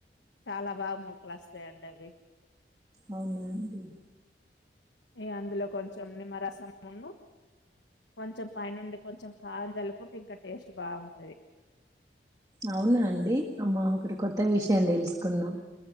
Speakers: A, on the left; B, on the right.
A: చాలా. బాగా మొలకలు వస్తాయి అండి అవి
B: అవున అండి
A: ఎ అందులో కొంచెం నిమ్మరసంమును కొంచెం పైనుండి, కొంచెం కారం చల్లుకుంటే ఇంకా టేస్ట్ బాగుంటది.
B: అవునా అండి అమ్మ ఒకటి కొత్త విషయం తెలుసుకున్నాం.